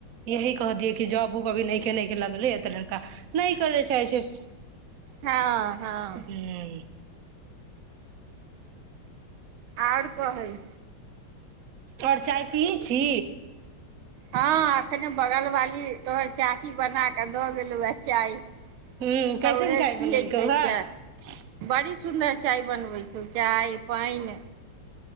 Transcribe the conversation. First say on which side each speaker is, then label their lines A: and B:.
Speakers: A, on the right (about 60°); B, on the right (about 75°).
A: यही कह दियै कि जॉब उब अभी नैके नैके लगलै य तऽ लड़का नइ करै चाहै छै
B: हँ हँ
A: ह
B: आओर कहइ
A: आओर चाय पियै छी
B: हँ आखने बगल वाली तोहर चाची बना द गेलो ह चाय
A: ह
B: तऽ
A: कैसन
B: उहे
A: चाय
B: पियै
A: बनेलकहौ
B: छियै
A: ह
B: चाय बड़ी सुन्दर चाय बनबै छौ चाय पाइन